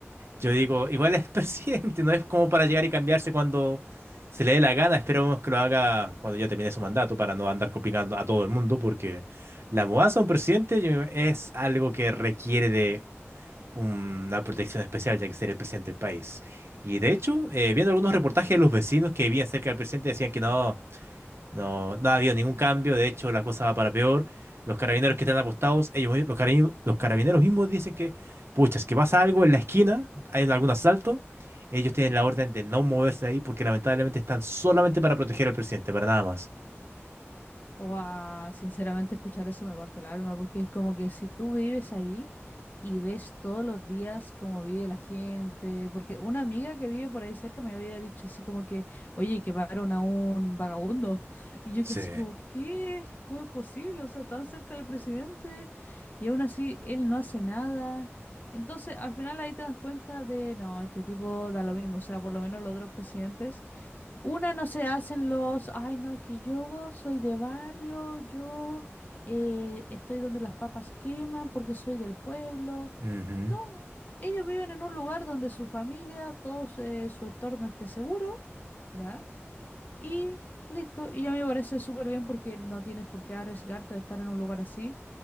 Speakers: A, on the right; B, on the left.
A: Yo digo, igual es <laughs> presidente, no es como para llegar y cambiarse cuando se le dé la gana. Esperemos que lo haga cuando ya termine su mandato para no andar complicando a todo el mundo, porque la mudanza de un presidente yo- es algo que requiere de una protección especial, ya que ser el presidente del país. Y de hecho, eh, viendo algunos reportajes de los vecinos que vivían cerca del presidente, decían que no. No, no ha habido ningún cambio, de hecho la cosa va para peor. Los carabineros que están apostados, ellos, mi- los carabineros, los carabineros mismos dicen que, pucha, es que pasa algo en la esquina, hay algún asalto, ellos tienen la orden de no moverse ahí porque lamentablemente están solamente para proteger al presidente, para nada más.
B: Guau, sinceramente escuchar eso me parte el alma, porque es como que si tú vives ahí y ves todos los días cómo vive la gente, porque una amiga que vive por ahí cerca me había dicho así como que, oye, que pagaron a un vagabundo, <laughs> y yo
A: Sí.
B: que así como, ¿qué? ¿Cómo es posible? O sea, tan cerca del presidente, y aún así él no hace nada. Entonces, al final ahí te das cuenta de, no, este tipo da lo mismo, o sea, por lo menos los otros presidentes. Una no se hacen los, ay no, es que yo soy de barrio, yo eh, estoy donde las papas queman porque soy del pueblo.
A: Ujú.
B: No, ellos viven en un lugar donde su familia, todo se- su entorno esté seguro, ¿ya? Y listo, y ya me parece súper bien porque no tienes por qué arriesgarte a estar en un lugar así.